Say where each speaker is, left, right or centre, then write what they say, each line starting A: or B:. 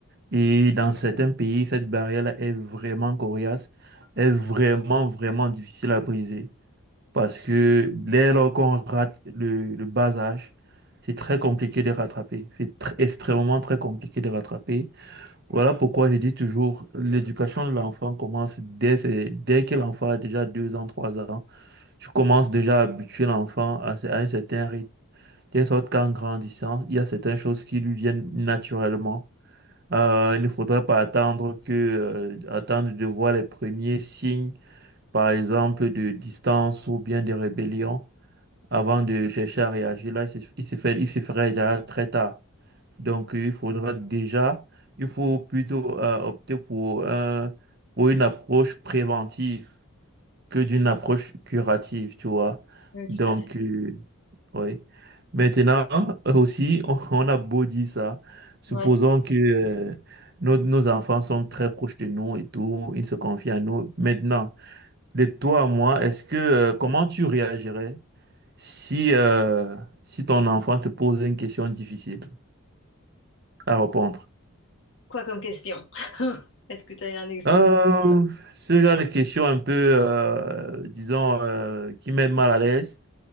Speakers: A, on the right (about 45°); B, on the left (about 55°).
A: et dans certains pays, cette barrière-là est vraiment coriace, est vraiment, vraiment difficile à briser. Parce que dès lors qu'on rate le, le bas âge, c'est très compliqué de rattraper. C'est tr- extrêmement très compliqué de rattraper. Voilà pourquoi je dis toujours, l'éducation de l'enfant commence dès, ses- dès que l'enfant a déjà deux ans, trois ans. Je commence déjà à habituer l'enfant à, ce- à un certain rythme. De sorte qu'en grandissant, il y a certaines choses qui lui viennent naturellement. Euh, il ne faudrait pas attendre que, euh, attendre de voir les premiers signes, par exemple, de distance ou bien de rébellion avant de chercher à réagir, là, il se, il se fait, il se ferait déjà très tard. Donc, il faudra déjà, il faut plutôt euh, opter pour, un- pour une approche préventive que d'une approche curative, tu vois.
B: Oui, tout
A: Donc,
B: à fait.
A: euh, oui. Maintenant, euh, aussi, <laughs> on, on a beau dire ça. Supposons
B: Ouais.
A: que euh, nos, nos enfants sont très proches de nous et tout, ils se confient à nous. Maintenant, de toi à moi, est-ce que, euh, comment tu réagirais? Si, euh, si ton enfant te pose une question difficile à répondre,
B: Quoi comme question? <laughs> Est-ce que tu as un exemple
A: euh,
B: de question
A: ce genre de question un peu, euh, disons, euh, qui met mal à l'aise,